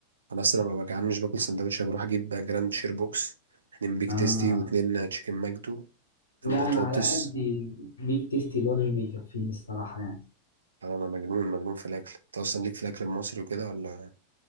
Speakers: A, on the right; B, on the left.
A: انا اصلا لما ببقى جعان مش باكل سندوتش أنا بروح اجيب جراند شير بوكس اتنين بيج
B: اه
A: تيستي واتنين تشيكن ماجدو اتنين
B: لا
A: بطاطس
B: انا على قد بيك تيستي لارج بيكفيني الصراحه يعني
A: انا أنا مجنون مجنون في الاكل انت اصلا ليك في الاكل المصري وكده ولا